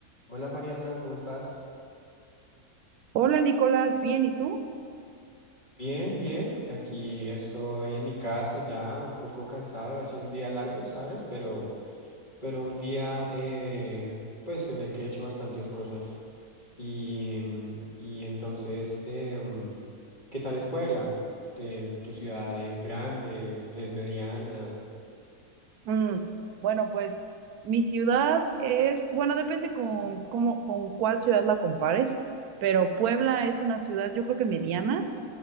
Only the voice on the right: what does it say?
Hola Nicolás, bien, ¿y tú?
Mm, bueno, pues mi ciudad es, bueno, depende con, cómo- con cuál ciudad la compares, pero Puebla es una ciudad, yo creo que mediana.